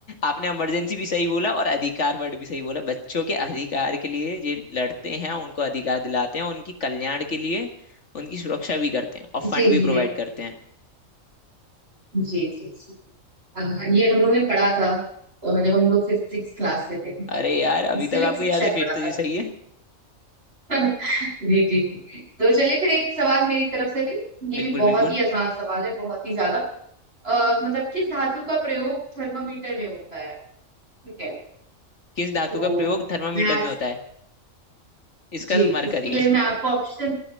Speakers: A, on the left (about 60°); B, on the right (about 50°).
A: आपने इमरजेंसी भी सही बोला और अधिकार वर्ड भी सही बोला बच्चों के अधिकार के लिए ये लड़ते हैं उनको अधिकार दिलाते हैं उनकी कल्याण के लिए उनकी सुरक्षा भी करते हैं और फंड
B: जी
A: भी
B: जी
A: प्रोवाइड करते हैं
B: जी जी जी हाँ, ये हम लोग ने पढ़ा था अ, जब हम लोग फिफ्थ सिक्स क्लास में थे
A: अरे यार अभी
B: सिविक्स
A: तक आपको
B: में
A: याद
B: शायद
A: है फिर
B: पढ़ा
A: तो ये
B: था
A: सही है
B: <laughs> जी जी जी तो चलिए फिर एक सवाल मेरी तरफ से भी ये
A: बिल्कुल
B: भी बहुत
A: बिल्कुल
B: ही आसान सवाल है बहुत ही ज्यादा अ, मतलब किस धातु का प्रयोग थर्मामीटर में होता है ठीक है
A: किस धातु
B: तो
A: का प्रयोग थर्मामीटर
B: मैं आज
A: में होता है इसका
B: जी
A: तो मरकरी
B: इसके
A: है
B: लिए मैं आपको ऑप्शन